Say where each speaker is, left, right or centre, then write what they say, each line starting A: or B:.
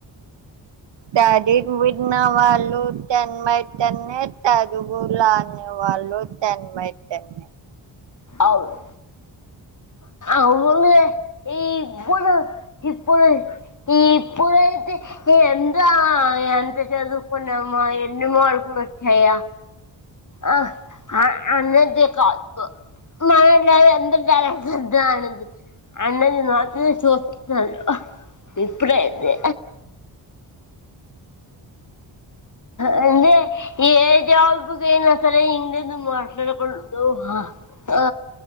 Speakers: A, on the right; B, on the left.
A: తది విన్న వాళ్ళ టెన్ బై టెన్ ఏ చదువు రాని వాళ్ళు టెన్ బై టెన్ ఏ
B: అవును అవునే ఈ ఇప్పుడు ఇప్పుడు ఈ ఇప్పుడైతే ఎందా ఎంత చదువుకున్నామా ఎన్ని మార్కులు వచ్చాయా ఆ అన్నదే కాపు మనలో ఎంత టాలెంట్ ఉన్నదో అన్నది అన్నది మాత్రం చూస్తున్నారు ఆహ్ ఇప్పుడైతే అందుకే ఏజాబ్ కైనా సరే ఇంగ్లీషు మాట్లాడకూడదు ఆ